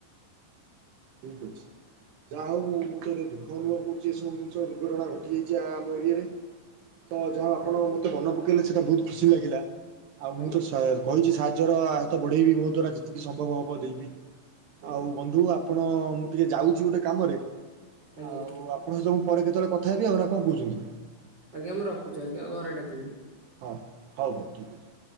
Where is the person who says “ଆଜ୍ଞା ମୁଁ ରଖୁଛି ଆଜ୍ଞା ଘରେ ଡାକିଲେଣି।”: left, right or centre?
Right